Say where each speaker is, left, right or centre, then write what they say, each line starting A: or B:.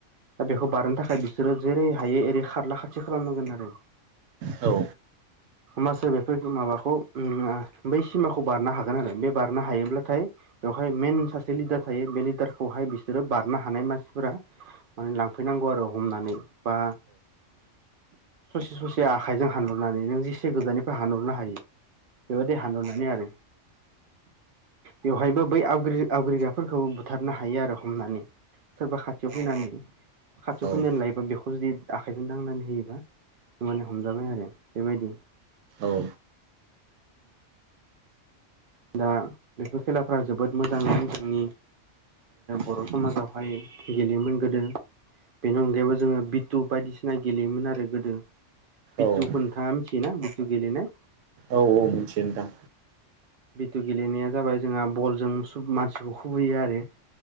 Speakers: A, on the right; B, on the right.
A: दा बेखौ बारनो थाखाय बिसोरो जेरै हायो एओरै खारला खारथि खालामनांगोन आरो
B: औ
A: होमबासो बेफोर माबाखौ बै सिमाखौ बारनो हागोन जागोन आरो बे बारनो हायोब्लाथाय बेवहाय मेन सासे लिडार थायो बे लिडारखौहाय बिसोरो बारनो हानाय मानसिफोरा माने लांफैनांगौ आरो हमनानै बा ससे ससे आखाइजों हानहरनानै नों जेसे गोजाननिफ्राय हानहरनो हायो बेबायदि हान्नानै आरो बेवहायबो बै आवग आवग्रिगाफोरखौबो बुथारनो हायो आरो हमनानै सोरबा खाथियाव फैनानै खाथियाव
B: औ
A: फैनानै लायोबा बेखौ जुदि आखाइजों दांनानै होयोबा हमजाबाय आरो बेबायदि
B: औ
A: दा बेफोर खेलाफ जोबोद मोजांमोन जोंनि बर' समाजावहाय गेलेयोमोन गोदो बेनि अनगायैबो जोङो बिटु बायदिसिना गेलेयोमोन आरो गोदो बिथु
B: औ
A: खथा आथि ना बथु गेललिनाय
B: औ औ मिथिगोन नोंथां
A: भु गेलेनाया जाबाय जोंहा बलजों मानसिखौ खुबैयो आरो